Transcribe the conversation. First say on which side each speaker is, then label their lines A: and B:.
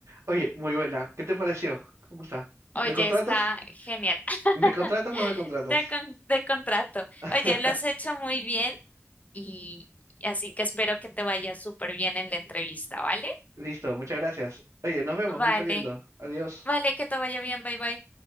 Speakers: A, on the right; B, on the left.
A: oye, muy buena. ¿Qué te pareció? ¿Cómo está?
B: Oye,
A: ¿Me contratas?
B: está genial. <laughs>
A: ¿Me contratas o no me contratas?
B: Te, con- te contrato.
A: <laughs>
B: Oye, lo has hecho muy bien y así que espero que te vaya súper bien en la entrevista, ¿vale?
A: Listo, muchas gracias. Oye, nos vemos.
B: Vale,
A: Voy saliendo. Adiós.
B: vale, que te vaya bien. Bye, bye.